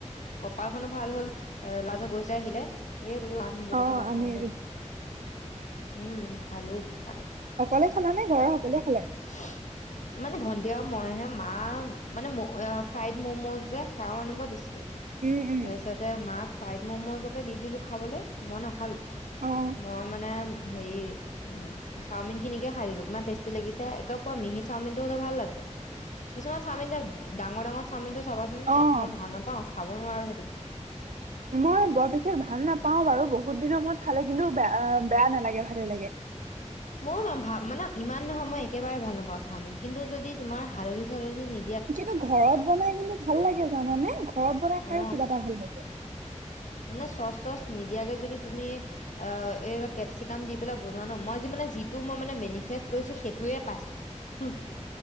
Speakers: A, on the left; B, on the right.
A: কপালখনো ভাল হল ল'ৰাজন গৈ চায় আহিলে এই বোলো বোলো
B: অ
A: খাওঁ
B: আনি
A: খাও দে উম খালো তাকে।
B: অকলে খালা নে ঘৰৰ সকলোৱে খালে।
A: <unintelligible> মানে ভন্টি আৰু মইহে মা মানে ফ্ৰাইড মমজে যে সেৱাও আনিব দিছিলো।
B: উম উম,
A: তাতে মাক ফ্ৰাইড মমজকে দি দিলো খাবলে মই নাখালো।
B: অ',
A: মই মানে হেৰি উ চাওমিন খিনিকে খাই দিলো ইমান টেষ্টি লাগিছে। গাপ পোৱা মিহি চাওমিনটো হ'লে ভাল লাগে কিছুমান চাওমিন ডাঙৰ ডাঙৰ চাওমিনটো চাবাচোন
B: অ',
A: মই ভাল নাপাওঁ খাব নোৱাৰো সেইটো।
B: মই বৰ বিশেষ ভাল নাপাও বাৰু বহুত দিনৰ মূৰত খালে কিন্তু বেয়া বেয়া নালাগে ভালেই লাগে।
A: <inaudible> মই ভ মানে ইমান নহয় মই একেবাৰে ভাল নাপাওঁ চাওমিন কিন্তু যদি তোমাৰ হালধি চালধি নি
B: কিন্তু ঘৰত বনাই কিন্তু ভাল লাগে জানানে ঘৰত বনাই খাইো
A: অ
B: কিবা এটা ভাল লাগে।
A: মানে চচ তচ নিদিয়াকে যদি তুমি অ এই কেপচিকাম দি পেলাই বনোৱা ন মইজি মান যিটো মই মানে মেনিফেষ্ট কৰিছোঁ সেইটোৱে পাইছোঁ। হুহ